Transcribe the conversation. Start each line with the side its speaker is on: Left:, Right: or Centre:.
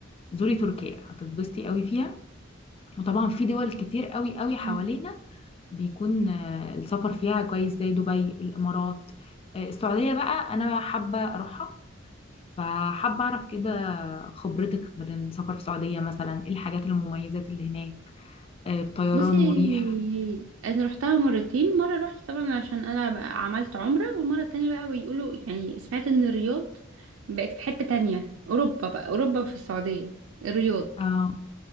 Left: زوري تركيا هتتبسطي قوي فيها وطبعا في دول كتير قوي قوي حوالينا
Right: مم.
Left: بيكون آه، السفر فيها كويس زي دبي الامارات آه، السعودية بقى انا حابة اروحها فحابة اعرف كده خبرتك من السفر في السعودية مثلا ايه الحاجات المميزات اللي هناك آه، الطيران
Right: بصي
Left: مريح
Right: انا رحتها مرتين مره رحت طبعا عشان انا بقى عملت عمره والمره التانية بقى بيقولوا يعني سمعت ان الرياض بقت في حته تانية اوروبا بقى اوروبا في السعوديه الرياض
Left: اه